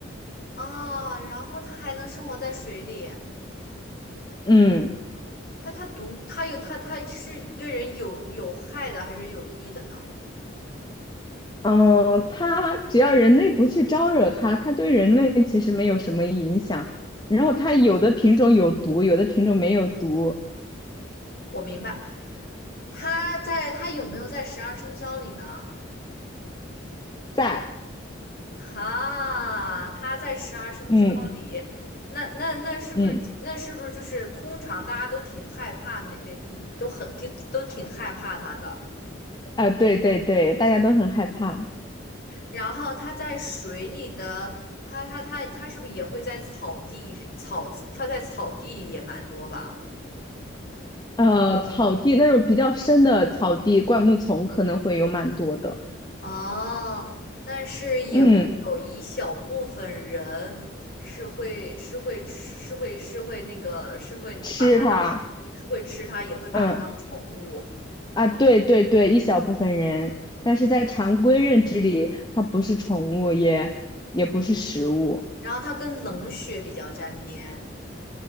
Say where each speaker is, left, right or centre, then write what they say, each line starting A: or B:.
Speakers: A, on the left; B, on the left.
A: 啊，然后它还能生活在水里，
B: 嗯。
A: 它它毒，它有它它是对人有有害的还是有益的呢？
B: 嗯，它只要人类不去招惹它，它对人类其实没有什么影响。然后它有的品种有毒，有的品种没有毒，
A: 我明白。他在他有没有在十二生肖里呢？
B: 在，
A: 哈，他在十二生肖里，
B: 嗯
A: 那那那是不是那是不是就是通常大家都挺害怕那那都很挺都挺害怕他的。
B: 嗯，啊、对对对，大家都很害怕。
A: 然后他在水里的，他他他他是不是也会在草地草他在草地里也蛮多吧？
B: 呃，草地那种比较深的草地，灌木丛可能会有蛮多的。
A: 哦，但是也会有一小部分人是会是会吃是会是会那个是会把它
B: 嗯，吃它，
A: 哎是会吃它，也会把它当宠物。
B: 嗯啊，对对对，一小部分人，但是在常规认知里，它不是宠物，也也不是食物。
A: 然后它跟冷血比较沾边，